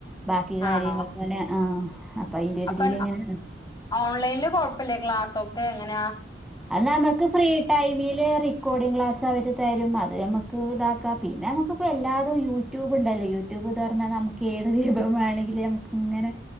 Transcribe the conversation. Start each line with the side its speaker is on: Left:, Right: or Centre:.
Centre: ബാക്കി കാര്യങ്ങൾ
Left: ആണോ
Centre: അങ്ങനെ ആ അതിന്റെ ഒരു
Left: അപ്പൊ
Centre: ഇതിൽ ഇങ്ങനെ
Left: ഓൺലൈനില് കുഴപ്പില്ലേ ക്ലാസ്സൊക്കെങ്ങനെയാ
Centre: അത് നമുക്ക് ഫ്രീ ടൈമില് റെക്കോർഡിങ് ക്ലാസ്സവര് തരും അത് നമ്മക്ക് ക്ക് ഇതാക്കാ പിന്നെ നമുക്കിപ്പെല്ലാതും യൂട്യൂബുണ്ടല്ലേ യൂട്യൂബ് തൊറന്നാ നമുക്കേത് വിഭവമാണെങ്കിലും നമ്ക്ക്ങ്ങനെ